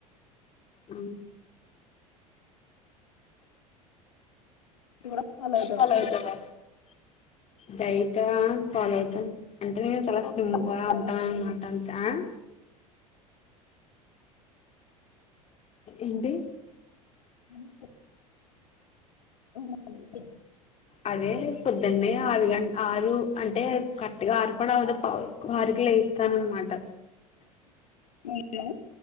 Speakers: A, on the left; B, on the left.
A: ము
B: కూడా ఫాలో అవుతావా
A: పాల్ తాగుతావా డైట్ ఆ ఫాలో అయితున్న అంటే నేను చాలా
B: అలా
A: స్లిమ్
B: తప్పచ్చు
A: గా
B: కదా
A: ఉంటాన అనమాట ఆ ఏంటి
B: ము ఉమ్
A: అదే పొద్దున్నే ఆరు గంట్ ఆరు అంటే కరెక్ట్ గా ఆరు కుడా అవదు పావ్ దక్వఆరు కి లేస్తాఅన మాట
B: మీరా